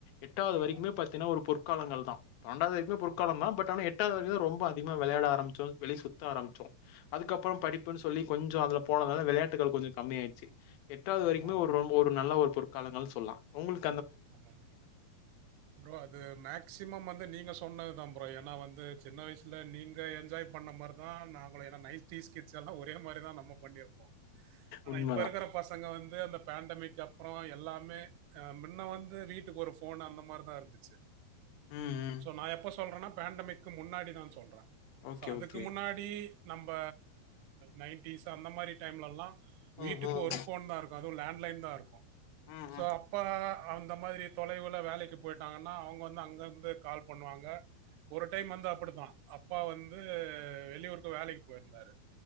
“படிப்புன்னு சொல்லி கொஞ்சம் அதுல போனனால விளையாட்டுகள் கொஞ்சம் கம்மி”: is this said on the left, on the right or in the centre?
Left